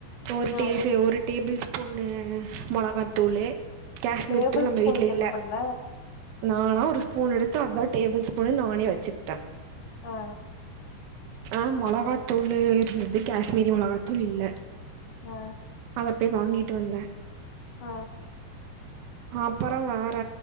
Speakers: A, on the right; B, on the left.
A: ஒரு
B: ஆ
A: டே சே ஒரு டேபிள் ஸ் பூனு மொளகாத்தூளு காஷ்மீர்
B: டேபிள்
A: தூள் நம்ம
B: ஸ்பூனுக்கு
A: வீட்ல
B: என்ன
A: இல்ல.
B: பண்ண
A: நானா ஒரு ஸ்பூன் எடுத்து அதா டேபிள் ஸ்பூனுன்னு நானே வச்சுக்கிட்டே.
B: ஆ
A: ஆ மொளகாத்தூளு இருந்துது காஷ்மீரி மொளகாத்தூள் இல்ல.
B: ஆ
A: அத போய் வாங்கிட்டு வந்தே.
B: ஆ
A: அப்புறோ வேற